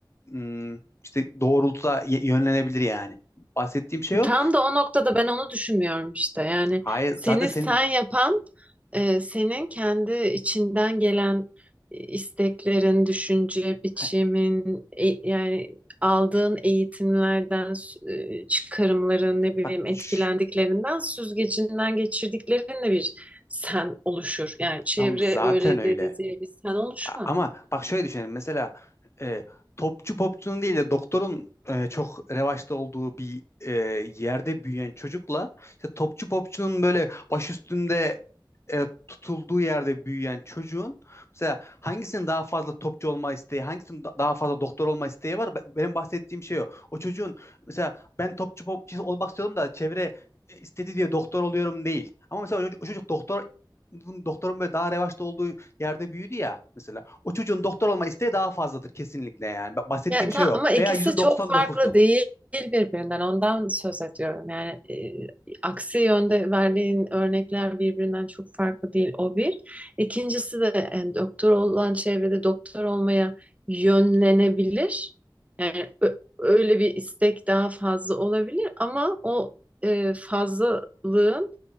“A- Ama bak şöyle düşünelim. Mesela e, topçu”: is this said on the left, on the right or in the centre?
Left